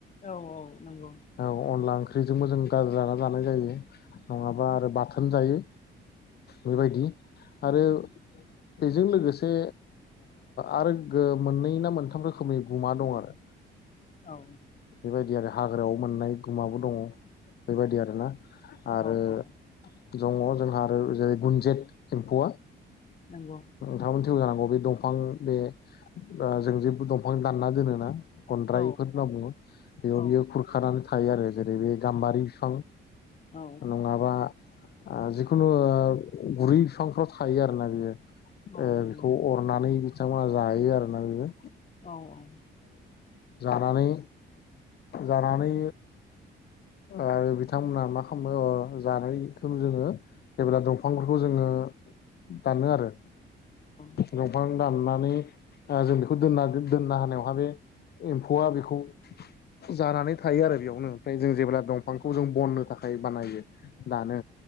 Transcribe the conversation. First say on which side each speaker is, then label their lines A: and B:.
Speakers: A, on the left (about 40°); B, on the left (about 55°).
A: औ औ नंगौ।
B: औ अनला ओंख्रिजोंबो जों गाज्रि जाना जानाय जायो नङाबा आरो बाथोन जायो। बेबायदि
A: उम
B: आरो बेजों लोगोसे आरो मोननै ना मोनथाम रोखोमनि गुमा दं आरो
A: औ
B: बेदि आरो हाग्रायाव मोननाय गुमाबो दङ बेबायदि आरोना आरो
A: औ औ
B: दङ जोंहा आरो जेरै गुनजेत एम्फौआ
A: नंगौ।
B: नोंथांमोनथिबो जानांगौ बे दंफां बे जों ओ जेबो दंफां दानना दोनो ना गनद्रायफोर
A: औ
B: होनना बुङो बेयाव
A: औ
B: बियो खुरखानानै थायो आरो जेरै बे गाम्बारि बिफां
A: औ
B: नङाबा जिखुनु गुरै बिफांफोराव थायो आरोना बियो।
A: नंगौ
B: ओ बेखौ अरनानै बिथांमोना जायो आरोना बियो।
A: औ औ
B: जानानै जानानै आरो बिथांमोनहा मा खालामो जानायखौ जोङो जेब्ला दंफांफोरखौ जोङो दानो आरो
A: औ
B: दंफां दाननानै ओ जों बेखौ दोनना दोनना होनावहा बे एम्फौआ बेखौ जानानै थायो आरो बेयावनो। ओमफ्राय जों जेब्ला दंफांखौ जों बननो थाखाय बानायो दानो